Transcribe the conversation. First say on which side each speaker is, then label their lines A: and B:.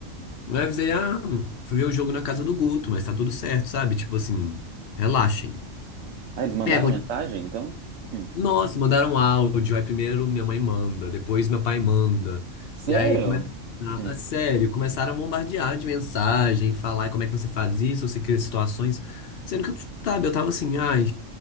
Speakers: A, on the left; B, on the right.
A: Aí eu avisei, ah, fui ver o jogo na casa do Guto, mas tá tudo certo, sabe? Tipo assim, relaxem.
B: Ah, eles mandaram
A: É,
B: mensagem, então? Hum.
A: Nossa, mandaram áudio. Aí primeiro minha mãe manda, depois meu pai manda.
B: Sério?
A: E aí começa.
B: Hum.
A: Ah, sério, começaram a bombardear de mensagem, falar como é que você faz isso, você cria situações. Sendo que eu, sabe, eu tava assim, ai,